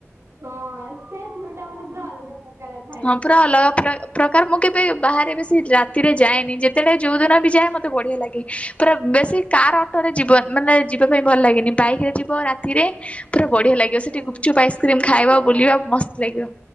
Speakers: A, on the right (about 70°); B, on the left (about 25°).
A: ହଁ ସେ ଭିଉ ମାନେ ପୁରା ଅଲଗା। ପ୍ରକାର ଥାଏ।
B: ହଁ ପୁରା ଅଲଗା ପ୍ର ପ୍ରକାର। ମୁଁ କେବେ ବାହାରେ ବେଶୀ ରା ତିରେ ଯାଏନି। ଯେତେବେଳେ ଯୋଉଦିନ ବି ଯାଏ ମତେ ବଢ଼ିଆ ଲାଗେ। ପୁରା ବେଶୀ କାର୍ ଅଟୋରେ ଯିବନି ମାନେ ଯିବା ପାଇଁ ଭଲଲାଗେନି। ବାଇକ୍ ରେ ଯିବ ରା ତିରେ ପୁରା ବଢ଼ିଆ ଲାଗିବ। ସେଠି
A: ଓହୋ
B: ଗୁପଚୁପ୍ ଆଇସ୍କ୍ରିମ୍
A: ପୁରା
B: ଖାଇବ
A: ଖୋଲା।
B: ବୁଲିବା ମସ୍ତ୍ ଲାଗିବ।